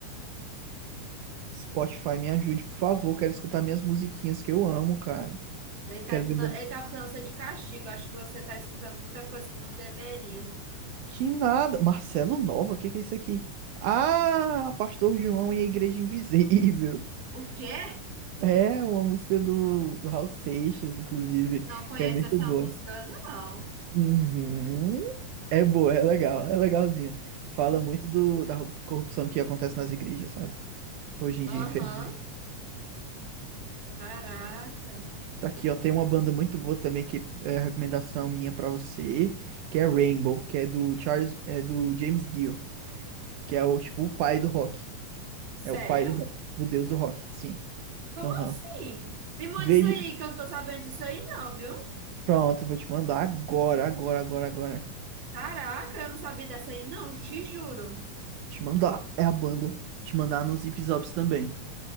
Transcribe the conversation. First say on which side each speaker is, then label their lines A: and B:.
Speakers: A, on the right; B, on the right.
A: Spotify, me ajude, por favor. Quero escutar minhas musiquinhas que eu amo, cara.
B: Ele tá,
A: Quero ver.
B: tá,
A: meu-
B: ele tá botando você de castigo. Acho que você tá escutando muita coisa que não deveria.
A: Que nada. Marcelo Nova, o que que é isso aqui? Ah, Pastor João e a Igreja Invisível. <laughs>
B: O quê?
A: É uma música do, do Raul Seixas, inclusive,
B: Não conhece
A: que é muito
B: essa
A: boa.
B: música, não.
A: Uhum. É boa, é legal, é legalzinho. Fala muito do, da corrupção que acontece nas igrejas, sabe? hoje em
B: Aham.
A: dia, infelizmente.
B: Caraca.
A: Tá aqui, ó, tem uma banda muito boa também que é recomendação minha pra você, que é Rainbow, que é do Charles, é do James Dio, que é o tipo o pai do rock.
B: Sério?
A: É o pai do rock, o deus do rock, sim.
B: Como
A: Aham.
B: assim? Me manda
A: Veja,
B: isso aí, que eu não tô sabendo disso aí, não, viu?
A: pronto, vou te mandar agora, agora, agora, agora.
B: Caraca, eu não sabia dessa aí, não, te juro.
A: Te mandar, é a banda. Te mandar nos Zip Zops também.